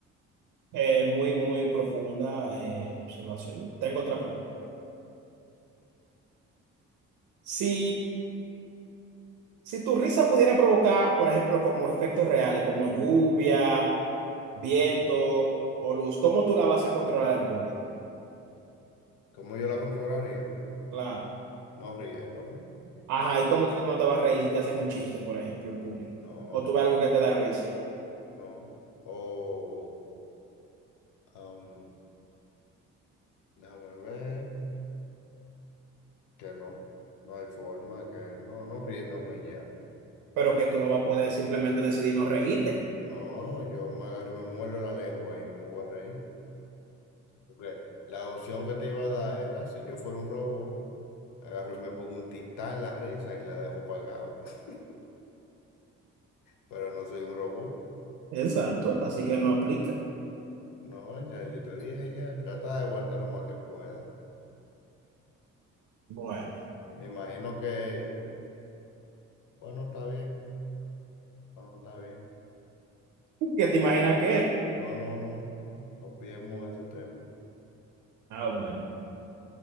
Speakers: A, on the right; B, on the left.
A: eh, muy, muy profunda eh, observación. Tengo otra pregunta. Si, si tu risa pudiera provocar, por ejemplo, como efectos reales, como lluvia, viento o luz, ¿cómo tú la vas a controlar en público?
B: ¿Cómo yo la controlaría?
A: Claro.
B: No riéndome,
A: Ajá, ¿y cómo tú no te vas a reír si te hacen un chiste, por ejemplo, en público?
B: no,
A: O
B: no,
A: tú ves algo que te da risa.
B: no. O Am, déjame ver que no, no hay forma, que no, no riéndome ya.
A: pero que tú no vas a poder simplemente decidir no reírte.
B: No, yo me agarro y me muerdo la lengua y no me voy a reír. Porque la opción que te iba a dar era, si yo fuera un robot, agarro y me pongo un titán la risa y la dejo pagado. <laughs> Pero no soy un robot.
A: Exacto, así que no aplica.
B: No, ya yo te dije ya, trata de aguantar lo más que pueda.
A: Bueno,
B: Me imagino que, bueno, está bien, bueno, está bien.
A: ¿qué te imaginas qué?
B: No, no, no, olvidemos ese tema.
A: Ah, bueno.